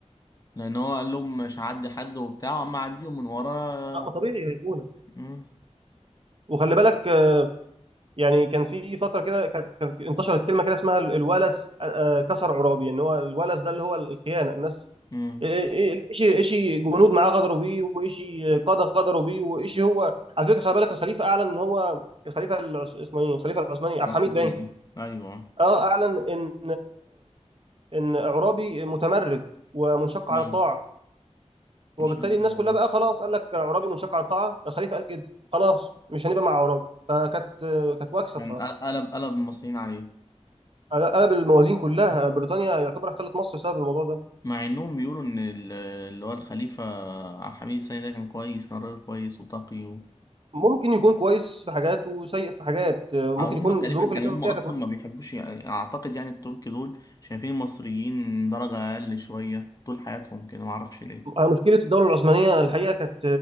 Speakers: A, on the left; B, on the right.
A: لأن هو قال لهم مش هعدي حد وبتاع أما أعديهم من ورا
B: اه ما طبيعي هيخونك
A: مم.
B: وخلي بالك آه، يعني كان في فتره كده كانت كانت انتشرت كلمه كده اسمها ال- الولس آه، آه، كسر عرابي ان هو الولس ده اللي هو الخيانه الناس
A: مم.
B: ايشي ايشي جنود معاه غدروا بيه وايشي قاده غدروا بيه وايشي هو على فكره خلي بالك الخليفه اعلن ان هو الخليفه العث- اسمه ايه الخليفه العثماني عبد
A: غصب
B: الحميد
A: عني
B: باين
A: آه. أيوه
B: اه اعلن ان ان اعرابي متمرد ومنشق عن
A: أيوه
B: الطاعه وبالتالي
A: مش عارف
B: الناس
A: إزاي
B: كلها بقى خلاص قال لك اعرابي منشق عن الطاعه الخليفه قال كده خلاص مش هنبقى مع اعراب فكانت كانت واكسه
A: يعني
B: بصراحه
A: قلب قلب المصريين عليه
B: قلب الموازين كلها بريطانيا يعتبر احتلت مصر بسبب الموضوع ده
A: مع إنهم بيقولوا إن ال- اللي هو الخليفة عبد الحميد الثاني ده كان كويس كان راجل كويس وتقي
B: ممكن يكون كويس في حاجات وسيء في حاجات ممكن
A: أو هم
B: يكون
A: تقريبا
B: الظروف
A: كانوا
B: اللي كان
A: هم
B: فيها
A: اصلا
B: كانت وحشه
A: ما بيحبوش يعني اعتقد يعني الترك دول شايفين المصريين درجة اقل شوية طول حياتهم كده ما اعرفش ليه
B: مشكله الدوله العثمانيه الحقيقه كانت